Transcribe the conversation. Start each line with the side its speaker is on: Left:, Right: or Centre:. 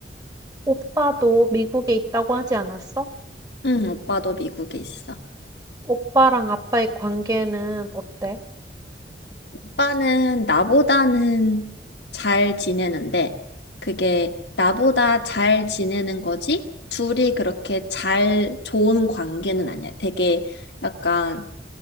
Right: 오빠도 미국에 있다고 하지 않았어?
Left: 응, 오빠도 미국에 있어.
Right: 오빠랑 아빠의 관계는 어때?
Left: 오빠는 나보다는 잘 지내는데, 그게 나보다 잘 지내는 거지, 둘이 그렇게 잘 좋은 관계는 아니야. 되게 약간